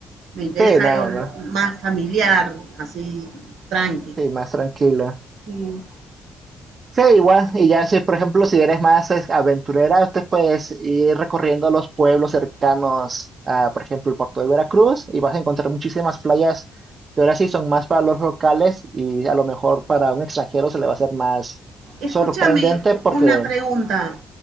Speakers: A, on the right (about 80°); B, on the right (about 40°).
A: Me interesa
B: Sí, nada
A: algo
B: más.
A: más familiar, así, tranqui.
B: Sí, más tranquila.
A: Mm.
B: Sí, igual. Y ya si, por ejemplo, si eres más es- aventurera, usted puedes ir recorriendo los pueblos cercanos a, por ejemplo, el puerto de Veracruz y vas a encontrar muchísimas playas que ahora sí son más para los locales y a lo mejor para un extranjero se le va a hacer más
A: Escúchame
B: sorprendente porque,
A: una pregunta.